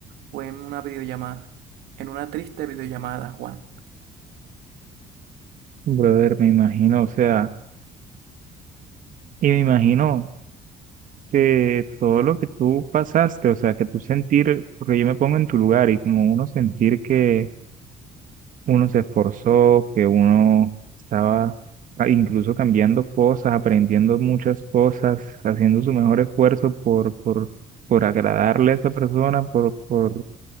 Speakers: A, on the right; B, on the right.
A: fue en una videollamada, en una triste videollamada, Juan.
B: Brother, me imagino, o sea, y me imagino. que todo lo que tú pasaste, o sea, que tú sentir, porque yo me pongo en tu lugar y como uno sentir que uno se esforzó, que uno estaba ah, incluso cambiando cosas, aprendiendo muchas cosas, haciendo su mejor esfuerzo por, por, por agradarle a esa persona, por, por,